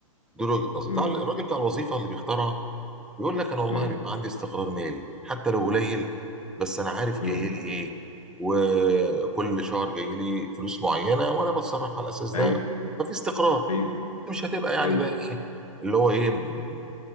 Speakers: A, in the centre; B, on the left.
A: دول وجهة نظري
B: امم
A: بتاع- الراجل بتاع الوظيفة اللي بيختارها يقول لك انا والله
B: امم
A: بيبقى عندي استقرار مالي حتى لو قليل بس انا عارف جاي
B: امم
A: لي ايه وكل شهر جاي لي فلوس معينه وانا بتصرف على الاساس ده
B: ايوه
A: ففي استقرار
B: ايوه
A: مش هتبقى يعني
B: ايوه
A: بقى ايه اللي هو ايه م-